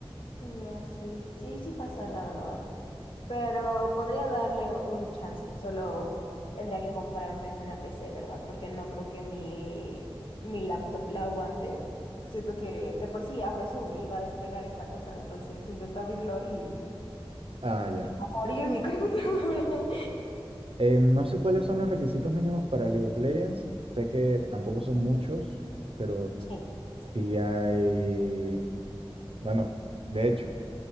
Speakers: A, on the left; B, on the right.
A: ya, sí. Sí, sí pasa, la verdad. Pero podría darle un chance. Solo tendría que comprarme una PC, ¿verdad? Porque no creo que mi, mi laptop la aguante. Siento que de por sí abro Zoom y va a despegar esta cosa. Entonces intento abrir LOL y
B: Ah, ya.
A: se va a morir mi <laughs> computadora.
B: Eh, no sé cuáles son los requisitos mínimos para League of Legends. Sé que tampoco son muchos, pero
A: Sí.
B: sí hay... Bueno, de hecho,